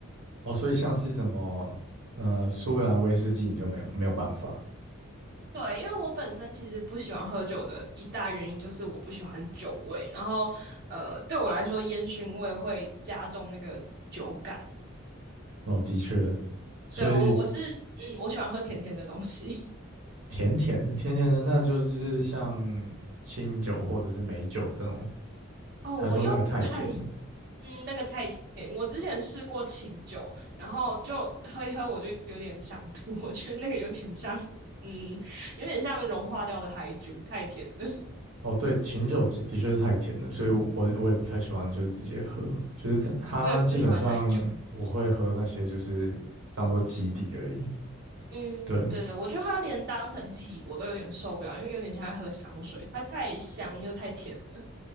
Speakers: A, on the right; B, on the right.
A: 哦，所以像是什么呃苏格兰威士忌，你就没有没有办法。
B: 对，因为我本身其实不喜欢喝酒的一大原因就是我不喜欢酒味，然后呃，对我来说烟熏味会加重那个酒感。
A: 哦，的确，所以
B: 对，我我是嗯，我喜欢喝甜甜的东西。
A: 甜甜的甜甜的，那就是像清酒或者是美酒这种。
B: <laughs> 哦，
A: 他说那个太甜了。
B: 我又不太嗯，那个太甜。我之前试过清酒，然后就喝一喝，我就有点想吐，<laughs> 我觉得那个有点像嗯，有点像融化掉的海酒，太甜了。<laughs>
A: 哦，对，清酒的的确是太甜了，所以我我也不太喜欢，就是直接喝，就是它它基本上我会喝那些就是当做基底而已。
B: 我也不喜欢奶酒。嗯，
A: 对，
B: 对对，我觉得它连当成基底我都有点受不了，因为有点像在喝香水，它太香又太甜了